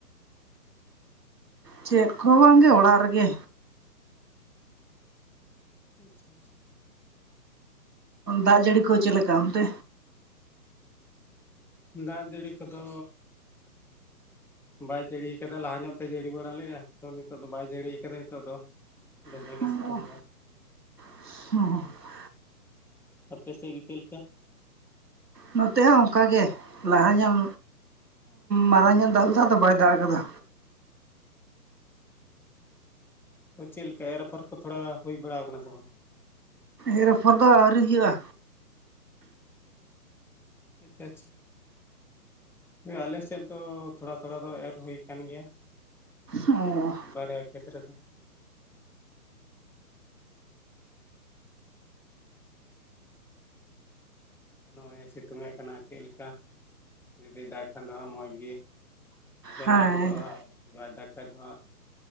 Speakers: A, on the right; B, in the centre.
A: ᱪᱮᱫ ᱠᱚ ᱦᱚᱸ ᱵᱟᱝᱜᱮ ᱚᱲᱟᱜ ᱨᱮᱜᱮ,
B: ᱟᱪᱪᱷᱟ ᱟᱪᱪᱷᱟ,
A: ᱫᱟᱜ ᱡᱟᱹᱲᱤ ᱠᱚ ᱪᱮᱫ ᱞᱮᱠᱟ ᱚᱱᱛᱮ?
B: ᱫᱟᱜ ᱡᱟᱹᱲᱤ ᱠᱚᱫᱚ ᱵᱟᱭ ᱡᱟᱹᱲᱤ ᱠᱟᱫᱟ ᱞᱟᱦᱟ ᱧᱚᱜ ᱛᱮᱭ ᱡᱟᱹᱲᱤ ᱵᱟᱲᱟ ᱞᱮᱫᱼᱟ ᱛᱚ ᱱᱤᱛᱚᱜ ᱫᱚ ᱵᱟᱭ ᱡᱟᱹᱲᱤᱭᱟ ᱠᱟᱫᱟ ᱱᱤᱛᱚᱜ ᱫᱚ, ᱫᱚᱢᱮᱜᱮ
A: ᱚ
B: ᱥᱤᱛᱳᱜ ᱮᱫᱟ᱾
A: <unintelligible>
B: ᱟᱯᱮ ᱥᱮᱫ ᱜᱮ ᱪᱮᱜ ᱞᱮᱠᱟ?
A: ᱱᱚᱛᱮ ᱦᱚᱸ ᱚᱱᱠᱟ ᱜᱮ ᱞᱟᱦᱟ ᱧᱚᱜ ᱢᱟᱨᱟᱝ ᱧᱚᱜ ᱫᱟᱜ ᱞᱮᱫᱟ ᱟᱫᱚ ᱵᱟᱭ ᱫᱟᱜ ᱟᱠᱟᱫᱟ᱾
B: ᱛᱚ ᱪᱮᱫ ᱞᱮᱠᱟ ᱮᱨ ᱟᱯᱷᱚᱨ ᱠᱚ ᱛᱷᱚᱲᱟ ᱦᱳᱭ ᱵᱟᱲᱟ ᱟᱠᱟᱱᱟ ᱥᱮ ᱵᱟᱝ?
A: ᱮᱨ ᱟᱯᱷᱚᱨ ᱫᱚ ᱟᱹᱮᱨᱤ ᱦᱩᱭᱩᱜᱼᱟ᱾
B: ᱟᱪᱪᱷᱟ ᱟᱪᱪᱷᱟ, <inaudible> ᱦᱳᱭ ᱟᱞᱮ ᱥᱮᱫ ᱫᱚ ᱛᱷᱚᱲᱟ ᱛᱷᱚᱲᱟ ᱫᱚ ᱮᱨ ᱦᱩᱭ ᱟᱠᱟᱱ ᱜᱮᱭᱟ᱾
A: ᱚ
B: ᱵᱟᱨᱭᱟ ᱠᱷᱮᱛ ᱨᱮᱫᱚ, ᱱᱚᱜᱼᱚᱭ ᱮ ᱥᱤᱛᱩᱝ ᱮ ᱠᱟᱱᱟ ᱪᱮᱫ ᱞᱮᱠᱟ? ᱡᱩᱫᱤ ᱫᱟᱜ ᱠᱷᱟᱱ ᱫᱚ ᱦᱟᱜ ᱢᱚᱸᱡᱽ ᱜᱤ ᱡᱟᱱᱟᱢ
A: ᱦᱮᱸ
B: ᱜᱚᱫᱚᱜᱼᱟ <unintelligible> ᱵᱟᱭ ᱫᱟᱜ ᱠᱷᱟᱡᱽ ᱫᱚ ᱦᱟᱸᱜ